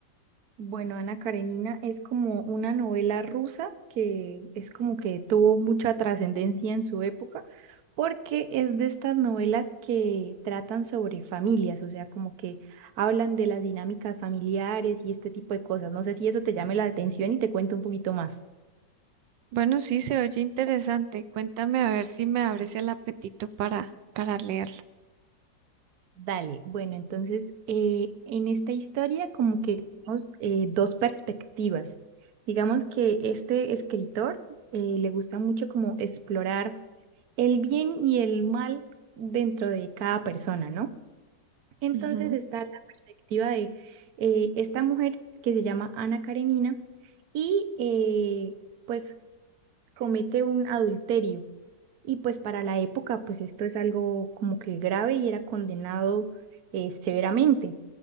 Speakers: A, on the right; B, on the right.
A: Bueno, Ana Karenina es como una novela rusa que es como que tuvo mucha trascendencia en su época porque es de estas novelas que tratan sobre familias, o sea, como que hablan de las dinámicas familiares y este tipo de cosas. No sé si eso te llame la atención y te cuento un poquito más.
B: Bueno, sí, se oye interesante. Cuéntame a ver si me abres el apetito para, para leerlo.
A: Dale, bueno, entonces eh, en esta historia como que tenemos eh, dos perspectivas. Digamos que este escritor eh, le gusta mucho como explorar el bien y el mal dentro de cada persona, ¿no? Entonces
B: Ujú,
A: está la perspectiva de eh, esta mujer que se llama Ana Karenina y eh, pues comete un adulterio. Y pues para la época, pues esto es algo como que grave y era condenado eh, severamente.